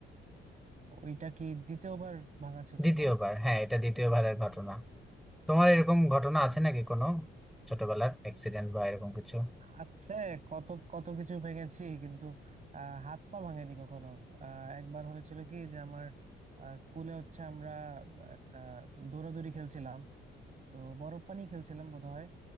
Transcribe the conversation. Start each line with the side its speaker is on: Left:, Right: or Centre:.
Right: ওইটা কি দ্বিতীয়বার ভাঙা ছিল
Centre: দ্বিতীয়বার
Right: না
Centre: হ্যাঁ এটা দ্বিতীয়বারের ঘটনা তোমার এরকম ঘটনা
Right: উম,
Centre: আছে নাকি কোনো ছোটবেলার অ্যাক্সিডেন্ট বা এরকম কিছু
Right: আছে কত কত কিছু ভেঙেছি কিন্তু আহ, হাত পা ভাঙেনি কখনো আহ, একবার হয়েছিল কি যে আমার আহ, স্কুলে হচ্ছে আমরা একটা দৌড়াদৌড়ি খেলছিলাম তো বরফ পানি খেলছিলাম বোধহয়